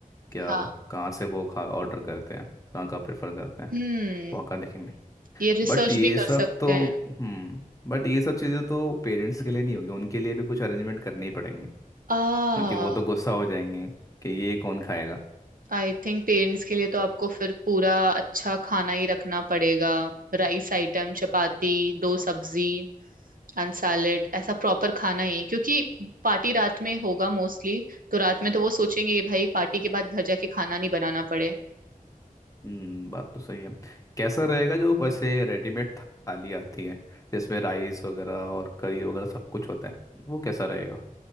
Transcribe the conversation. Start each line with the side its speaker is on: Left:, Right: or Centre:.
Left: क्या
Right: हाँ
Left: कहाँ से वो खा ऑर्डर करते हैं कहाँ का प्रेफर करते हैं
Right: हम्म
Left: वहाँ का देखेंगे
Right: ये रिसर्च
Left: बट ये
Right: भी
Left: सब
Right: कर सकते
Left: तो
Right: हैं
Left: हम्म बट ये सब चीज़ें तो पेरेंट्स के लिए नहीं होगी उनके लिए भी कुछ अरेंजमेंट करने ही पड़ेंगे
Right: आ
Left: क्योंकि वो तो गुस्सा हो जाएंगे कि ये कौन खाएगा
Right: आई थिंक पेरेंट्स के लिए तो आपको फिर पूरा अच्छा खाना ही रखना पड़ेगा राइस आइटम चपाती दो सब्जी एंड सैलेड ऐसा प्रॉपर खाना ही क्योंकि पार्टी रात में होगा मोस्टली तो रात में तो वो सोचेंगे कि भाई पार्टी के बाद घर जाके खाना नहीं बनाना पड़े
Left: हम्म बात तो सही है कैसा रहेगा जो वैसे रेडीमेड थाली आती है जिसमें राइस वगैरह और करी वगैरह सब कुछ होता है वो कैसा रहेगा